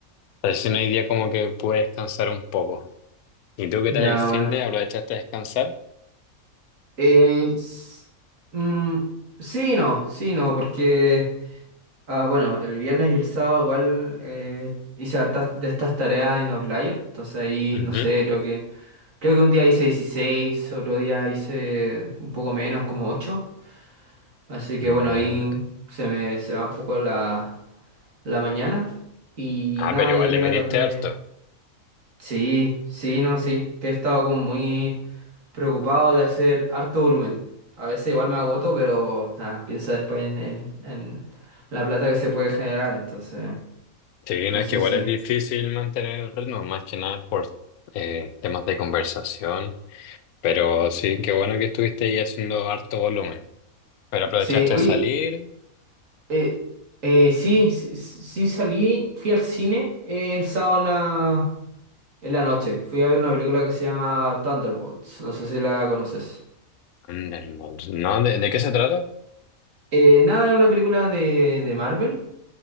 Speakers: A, on the left; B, on the right.
A: recién hoy día como que pude descansar un poco. ¿Y tú qué
B: Ya,
A: tal el fin
B: bueno.
A: de? ¿Aprovechaste a descansar?
B: Eh, s- mm, sí, y no, sí, y no, porque... Ah, bueno, el viernes y el sábado igual eh, hice hartas de estas tareas en Outlier. Entonces ahí,
A: Ujú.
B: no sé, creo que, creo que un día hice dieciséis otro día hice un poco menos, como ocho Así que
A: Mm.
B: bueno, ahí se me se va un poco la, la mañana. Y
A: Ah,
B: nada,
A: pero igual
B: y ahí
A: le metiste
B: la tarde.
A: harto.
B: Sí, sí, no, sí. Que he estado como muy preocupado de hacer harto volumen. A veces igual me agoto, pero nada, pienso después en, en en la plata que se puede generar. Entonces,
A: Sí, no,
B: entonces
A: es que igual
B: sí.
A: es difícil mantener el ritmo, más que nada por eh, temas de conversación. Pero sí, qué bueno que estuviste ahí haciendo harto volumen. Pero aprovechaste
B: Sí, oye,
A: de salir.
B: eh, eh, sí, sí, sí salí, fui al cine eh, el sábado en la, en la noche. Fui a ver una película que se llama Thunderbolts, no sé si la conoces.
A: Anda, hermoso. ¿No? ¿De, de qué se trata?
B: Eh, nada, es una película de, de Marvel